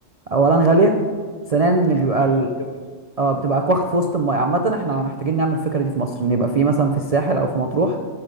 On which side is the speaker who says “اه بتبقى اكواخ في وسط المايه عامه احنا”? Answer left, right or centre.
Right